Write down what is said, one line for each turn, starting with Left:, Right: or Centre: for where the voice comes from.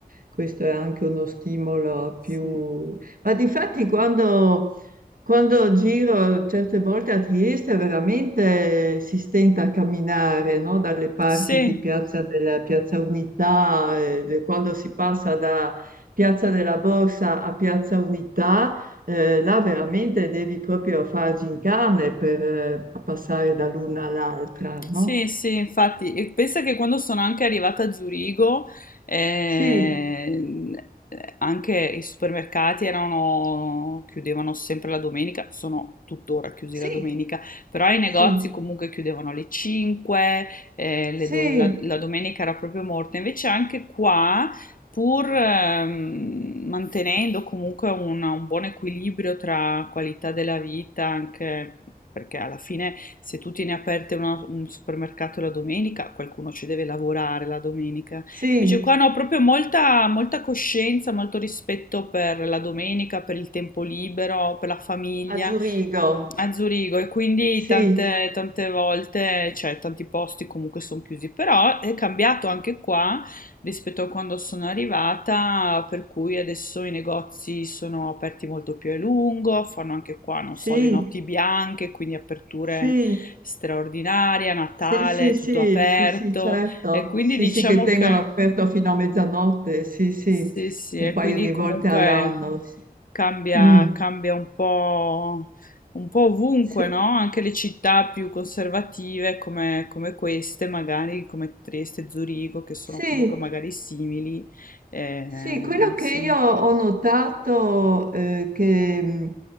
Right: questo è anche uno stimolo più...
Left: sì,
Right: Ma difatti quando... Quando giro certe volte a Trieste veramente si stenta a camminare, no? Dalle parti
Left: sì.
Right: di Piazza della Piazza Unità, eh, quando si passa da Piazza della Borsa a Piazza Unità, eh, là veramente devi proprio far gincane per eh, passare dall'una all'altra, no?
Left: Sì, sì, infatti, e pensa che quando sono anche arrivata a Zurigo, ehm,
Right: Sì,
Left: eh, anche i supermercati erano, chiudevano sempre la domenica, sono tuttora chiusi
Right: sì,
Left: la domenica, però i negozi
Right: sì,
Left: comunque chiudevano alle 5, eh, le
Right: sì,
Left: do- la, la domenica era proprio morta. Invece anche qua pur ehm, mantenendo comunque una- un buon equilibrio tra qualità della vita, anche perché alla fine se tu tieni aperte una- un supermercato la domenica, qualcuno ci deve lavorare la domenica.
Right: sì,
Left: Invece qua no, proprio molta, molta coscienza, molto rispetto per la domenica, per il tempo libero, per la famiglia
Right: a Zurigo,
Left: a Zurigo e quindi
Right: sì,
Left: tante, tante volte, cioè tanti posti comunque sono chiusi, però è cambiato anche qua rispetto a quando sono arrivata, per cui adesso i negozi sono aperti molto più a lungo, fanno anche qua, non
Right: sì,
Left: so, le notti bianche, quindi aperture
Right: sì.
Left: straordinarie, Natale,
Right: Sì, sì,
Left: tutto
Right: sì,
Left: aperto
Right: sì, sì, certo.
Left: e quindi
Right: Sì,
Left: diciamo
Right: sì, che tengono
Left: che
Right: aperto fino a mezzanotte, sì, sì,
Left: sì, sì,
Right: un
Left: e
Right: paio
Left: quindi
Right: di
Left: comunque
Right: volte all'anno. sì.
Left: cambia,
Right: Mm,
Left: cambia un po', un po' ovunque,
Right: sì,
Left: no? Anche le città più conservative come, come queste, magari come Trieste, Zurigo, che sono
Right: sì,
Left: comunque magari simili, eh,
Right: Sì, quello
Left: insomma,
Right: che io ho notato è che mh,